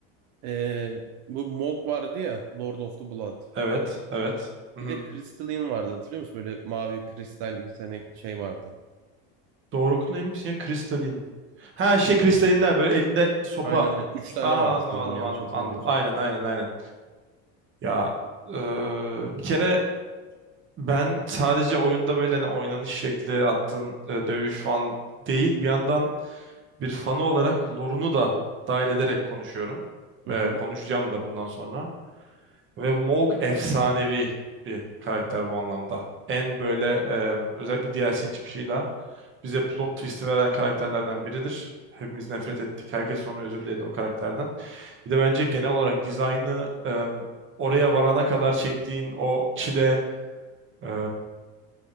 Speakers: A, on the right; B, on the right.
A: Ee, bu Mog vardı ya, Lord of the Blood.
B: Evet, evet. Hı
A: Bir
B: hı.
A: de Crystalline vardı hatırlıyor musun? Böyle mavi kristal bir tane şey vardı.
B: Doğru neymiş ya? Kristalin. Ha şey kristalinler böyle elinde sopa.
A: Aynen öyle. Üç tane
B: Aa,
A: vardı
B: anladım
A: sanırım
B: anladım
A: yanlış
B: anladım
A: hatırlamıyorsam.
B: anladım. Aynen aynen aynen. Ya eee, bir kere ben sadece oyunda böyle hani oynanış şekli attığın e, dövüş falan değil. Bir yandan bir fanı olarak lorunu da dahil ederek konuşuyorum.
A: Hı
B: Eee,
A: hı.
B: konuşacağım da bundan sonra. Ve Maug efsanevi bir karakter bu anlamda. En böyle e, özellikle DLC'nin çıkışıyla bize plot twist'i veren karakterlerden biridir. Hepimiz nefret ettik. Herkes sonra özür diledi o karakterden. Bir de bence genel olarak dizaynı e, oraya varana kadar çektiğin o çile e,